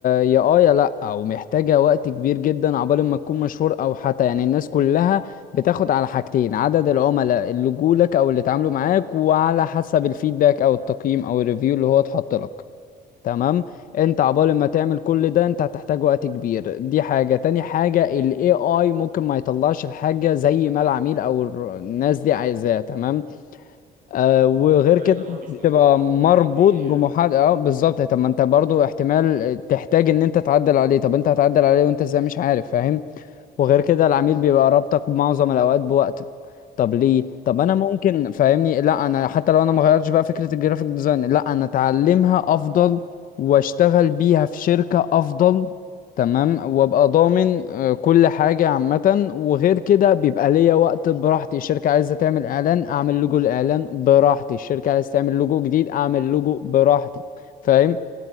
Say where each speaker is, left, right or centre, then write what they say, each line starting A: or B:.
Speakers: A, on the left; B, on the right.
A: يا آه يا لأ أو محتاجة وقت كبير جدا عقبال ما تكون مشهور أو حتى يعني الناس كلها بتاخد على حاجتين عدد العملاء اللي جولك أو اللي اتعاملوا معاك وعلى حسب الفيدباك أو التقييم أو الريفيو اللي هو اتحط لك تمام انت عبال ما تعمل كل ده انت هتحتاج وقت كبير دي حاجة تاني حاجة ال AI ممكن ما يطلعش الحاجة زي ما العميل او الر- الناس دي عايزاها تمام آه وغير
B: ايوه
A: كده
B: هو مش
A: بتبقى
B: بيبقى
A: مربوط
B: 100%
A: بمحاد
B: يعني
A: اه بالظبط طب ما انت برضو احتمال تحتاج ان انت تعدل عليه طب انت هتعدل عليه وانت ازاي مش عارف فاهم وغير كده العميل بيبقى رابطك معظم الاوقات بوقتك طب ليه طب
B: صح
A: انا ممكن
B: صح
A: فاهمني لا انا حتى لو انا ما غيرتش بقى فكره الجرافيك ديزاين لا انا اتعلمها افضل واشتغل بيها في شركه افضل تمام وابقى ضامن آه، كل حاجه عامه وغير كده بيبقى ليا وقت براحتي الشركه عايزه تعمل اعلان اعمل لوجو الاعلان براحتي الشركه عايزه تعمل لوجو جديد اعمل لوجو براحتي فاهم